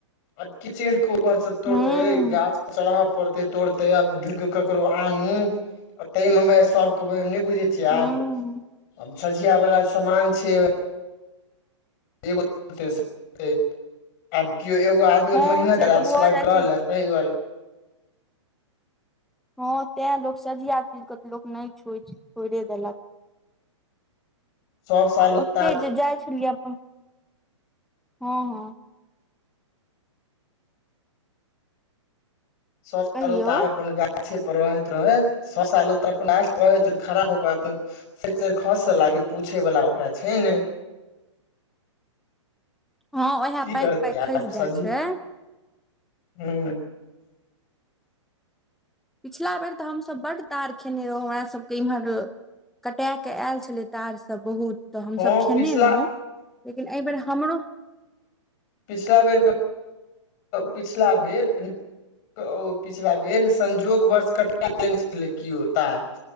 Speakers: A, on the left (about 35°); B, in the centre.
A: अते चेहरके उपार सऽ तोड़ते
B: हूं
A: गाछ। चढ़य पड़तै तोड़तै आब ढूंढ़ कऽ ककरो आनू। ते मऽ बे सब कऽ नहि बुझ।
B: हूं
A: आब सझिया बला सामान छै। <unintelligible> कओ एगो आ आ
B: हँ
A: मेहनत
B: से तऽ
A: रह सभ
B: भऽ
A: सब
B: जाइ
A: आब कऽ
B: छै
A: लले ताहि दुआरे
B: हँ तैँ लोक सझिया चीजके तऽ लोक नहि छो छै छोड़े देलक।
A: सब साल
B: आ
A: उतार
B: ओते जे जाइ छलियै अपन हँ हँ।
A: <unintelligible>
B: कहियौ
A: गाछे पर रहैत रहैत ससालो तऽ अपन आछ पर रहैत खराब हो के अपन। फेर च खसल कियो पूछय वालला ओकरा छै ने।
B: हँ उएह
A: की
B: पाकि
A: करतै
B: पाकि
A: आ
B: खसि
A: सजिहा
B: जाइ छै
A: हू
B: पिछिला बेर तऽ हमसभ बड्ड दार खेने रहौ हमरासभके इम्हर। कटा कऽ आयल छलै तारसभ बहुत तऽ हमसभ
A: हँ
B: खेने
A: पिछला
B: रहौं लेकिन एहिबेर हमरो।
A: पिछिला बेर। पिछिला बेर। ओ पिछला बेर संजोग वर्ष कटबाय देने छलै किओ तार।